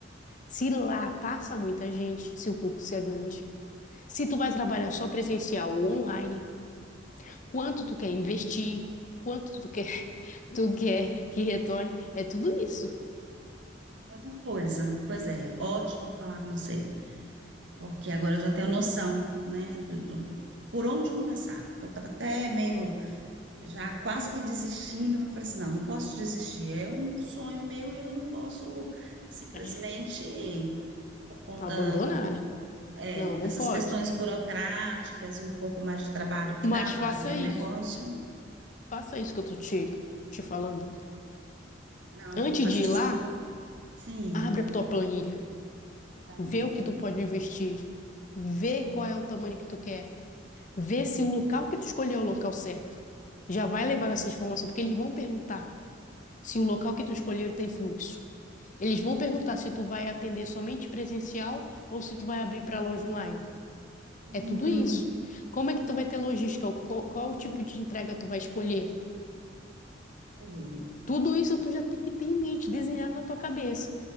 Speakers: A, on the left (about 40°); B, on the right (about 70°).
A: Se lá passa muita gente, se o fluxo é grande, Se tu vai trabalhar só presencial ou online, quanto tu quer investir, quanto tu quer, <laughs> tu quer que retorne, é tudo isso.
B: muita coisa. Pois é, ótimo falar com você, porque agora eu já tenho noção, né, do, do- por onde começar. Eu estava até meio já quase que desistindo, mas eu falei assim, não, não posso desistir, é um sonho meu e eu não posso simplesmente,
A: É,
B: por conta,
A: abandonar, né?
B: é,
A: Não, não
B: dessas
A: pode.
B: questões burocráticas e um pouco mais de trabalho que
A: Mas
B: dá para
A: faça
B: abrir
A: isso.
B: o negócio,
A: Faça isso que eu tô te, te falando.
B: não,
A: Antes
B: vou fazer
A: de ir
B: sim.
A: lá,
B: Sim,
A: abre a tua planilha.
B: tá
A: Vê
B: bom.
A: o que tu pode investir. Vê qual é o tamanho que tu quer. Vê se o local que tu escolheu é o local certo. Já vai levar essa informação, porque eles vão perguntar se o local que tu escolheu ele tem fluxo. Eles vão perguntar se tu vai atender somente presencial ou se tu vai abrir para loja online.
B: Hum,
A: É tudo isso. Como é que tu vai ter logística? Qual, qual o tipo de entrega tu vai escolher?
B: entendi.
A: Tudo isso tu já tem que ter em mente, desenhado na tua cabeça,